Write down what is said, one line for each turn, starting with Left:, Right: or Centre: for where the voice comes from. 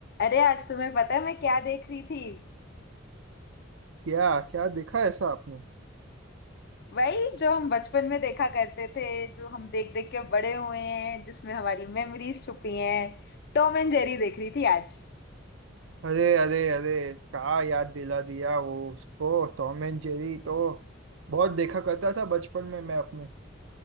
Left: अरे आज तुम्हें पता है मैं क्या देख रही थी
Right: क्या क्या देखा ऐसा आपने
Left: वही जो हम बचपन में देखा करते थे जो हम देख देख के बड़े हुए हैं जिसमें हमारी मेमोरीज छुपी हैं टॉम एंड जेरी देख रही थी आज
Right: अरे अरे अरे क्या याद दिला दिया वो उसको टॉम एंड जेरी तो बहुत देखा करता था बचपन में मैं अपने